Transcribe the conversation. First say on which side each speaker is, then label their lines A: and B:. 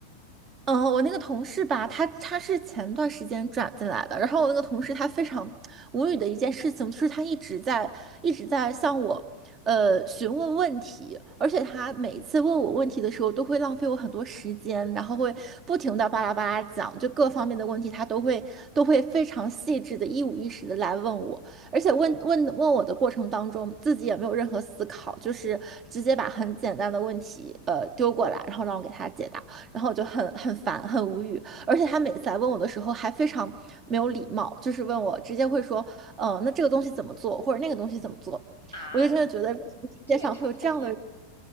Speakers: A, on the right; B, on the right.
A: 嗯，我那个同事吧，他他是前段时间转进来的，然后我那个同事他非常无语的一件事情，就是他一直在一直在向我呃询问问题，而且他每次问我问题的时候，都会浪费我很多时间，然后会不停的巴拉巴拉讲，就各方面的问题，他都会都会非常细致的一五一十的来问我，而且问问问我的过程当中，自己也没有任何思考，就是直接把很简单的问题呃丢过来，然后让我给他解答。然后我就很很烦，很无语，而且他每次来问我的时候还非常没有礼貌，就是问我直接会说，呃，那这个东西怎么做，或者那个东西怎么做，
B: 啊，
A: 我就真的觉得为什么世界上会有这样的人，
B: 这也太讨厌了。